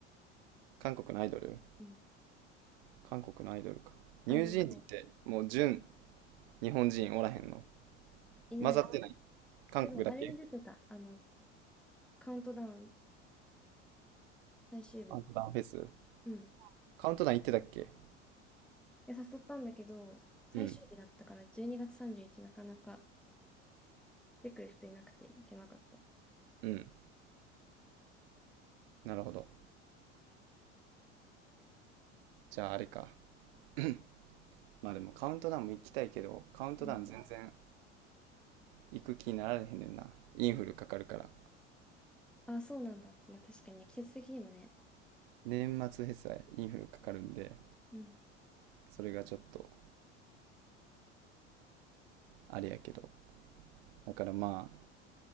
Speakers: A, on the right (about 55°); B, in the centre.
A: 韓国のアイドル
B: うん。
A: 韓国のアイドルか。
B: あのね、
A: ニュージーンズってもう純日本人おらへんの
B: いない。
A: 混ざってない韓国だけ
B: けど、あれに出てた。あの、カウントダウン、最終日。
A: カウントダウンフェス
B: うん。い
A: カウントダウン行ってたっけ
B: や誘ったんだけど、最終日だったから、
A: うん。
B: 12月31なかなか来てくれる人いなくて行けなかった。
A: うん。なるほど。じゃああれか。<clears throat> まあでもカウントダウンも行きたいけど、カウントダウン全然
B: うん。
A: 行く気になられへんねんな。インフルかかるから。
B: あ、そうなんだ。まあ確かにね、季節的にもね。
A: 年末フェスはインフルかかるんで、
B: うん。
A: それがちょっとあれやけど。だからまあ、